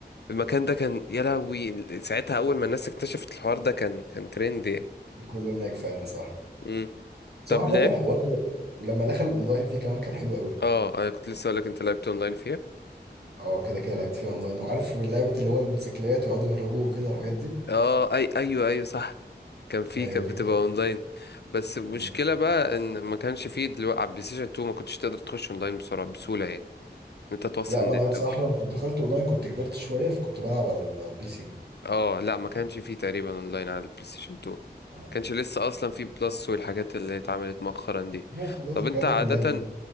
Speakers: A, on the left; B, on the right.
A: المكان ده كان يا لهوي ساعتها اول ما الناس اكتشفت الحوار ده كان كان ترند يعني
B: كله هناك فعلا صح
A: امم
B: سواء
A: طب
B: عامة
A: لعبت
B: الحوار ده- ولما دخل الاونلاين فيه كمان كان حلو قوي
A: اه انا كنت لسه اقول لك انت لعبت اونلاين فيها
B: اه كده كده لعبت فيها اونلاين وعارف لعبة اللي هو الموتوسيكلات يقعدوا يهربوا وكده الحاجات دي
A: اه اي ايوه ايوه صح كان في
B: ايوه
A: كانت
B: دي
A: بتبقى
B: كانت
A: اونلاين بس المشكله
B: دي كانت تحفة.
A: بقى ان ما كانش فيه دلوقتي على البلاي ستيشن 2 ما كنتش تقدر تخش اونلاين بسرعه بسهوله يعني إن انت توصل
B: لا ما
A: نت
B: انا بصراحة لما كنت دخلت اونلاين كنت كبرت شوية فكنت بلعب على البي سي
A: اه لا ما
B: اه
A: كانش فيه تقريبا اونلاين على البلاي ستيشن 2
B: آه.
A: كانش لسه اصلا فيه بلس والحاجات اللي اتعملت مؤخرا دي
B: لا خلاص
A: طب
B: الحاجات
A: انت
B: دي
A: عادة
B: كلها جديدة